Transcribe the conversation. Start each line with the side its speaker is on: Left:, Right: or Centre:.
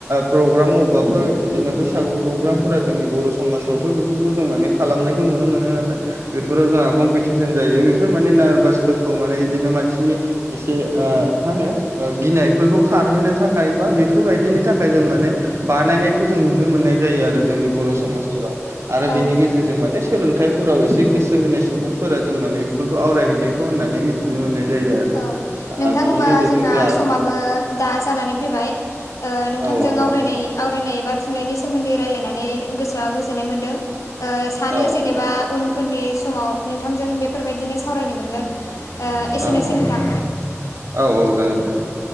Right: प्रग्राम अबेबाफोर बिदिनो बैस सागु प्रग्रामफोरा जोंनि बर' समाजावथ' बेफोरखौ जों माने खालामनायखौ नुनो मोनो नालाय बेफोराव जोंहा कम्पिटिसन जायो बेफोर माने नारभासफोरखौ माने बिदिनो मानसिनि एसे मा होनो गिनाय फोरखौ खारहोनो थाखाय बा बेफोरबायदिनि थाखाय जों माने बानायनायखौ जों नुनो मोननाय जायो आरो जोंनि बर' समाजफोराव आरो
Left: औ
Right: बेनि गेजे जेरजों माने सोलोंथाइफोराव एसे गोसो होनाय सुबुंफोरा जों माने बेफोरखौ आवरायहैनायखौ होननानै मिथ थिनो मोननाय जायो आरो
Left: औ नोंथां
Right: ओ बिनि
Left: होनबा
Right: गेजेरजों
Left: जोंना
Right: जोंहा
Left: समाबो दा जानानै फैबाय नोंथांजों
Right: औ औ
Left: आरायनाय आवरायनाय बा थुनलाइनि सोमोन्दै रायलायनानै गोसोआ गोजोननाय मोन्दों सानो
Right: औ
Left: जेनेबा उनफोरनि समाव नोंथांजों बेफोरबायदिनो सावरायनो मोनगोन ओ एसेनोसै
Right: औ-औ-औ-औ
Left: नोंथां
Right: जागोन दे औ